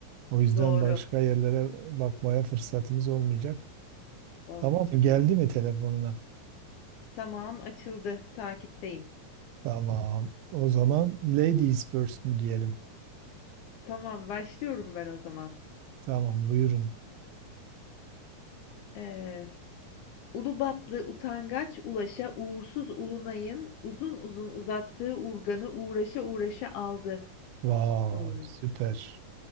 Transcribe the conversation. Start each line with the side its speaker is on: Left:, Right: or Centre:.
Right: O yüzden
Left: Doğru.
Right: başka yerlere bakmaya fırsatımız olmayacak.
Left: Olmayacak
Right: Tamam mı? Geldi
Left: evet.
Right: mi telefonuna?
Left: Tamam açıldı. Takipteyim.
Right: Tamam. O zaman ladies first mi diyelim?
Left: Tamam başlıyorum ben o zaman.
Right: Tamam, buyurun.
Left: Ee, Ulubatlı utangaç Ulaş'a uğursuz Ulunay'ın uzun uzun uzattığı urganı uğraşa uğraşa aldı.
Right: Vay,
Left: Oo,
Right: süper.